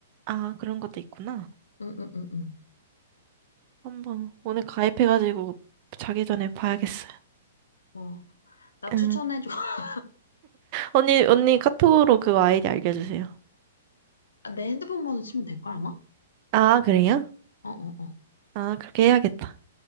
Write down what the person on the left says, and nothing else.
응, 응, 응, 응.
어, 나
추천해줘. <laughs>
아, 내 핸드폰 번호 치면 될 걸, 아마?
어, 어, 어.